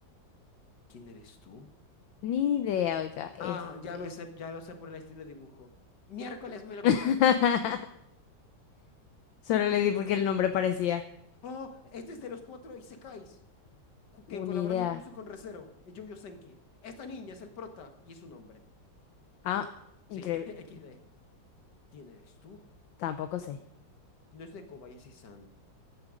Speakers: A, on the left; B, on the left.
A: ¿quién eres tú?
B: Ni idea, oiga, este.
A: Ah, ya me sé, ya lo sé por el estilo de dibujo. Miércoles me lo
B: <laughs>
A: quito.
B: Solo le di porque el nombre parecía
A: Oh, este es de los cuatro Isekais, cu- que
B: una
A: colaboran
B: idea.
A: incluso con Recero, y Yu-Yu Senki. Esta niña es el prota y es un hombre.
B: Ah,
A: Sí,
B: increíble.
A: <laughs> XD. ¿Quién eres tú?
B: Tampoco sé.
A: No es de Kobayashi-san.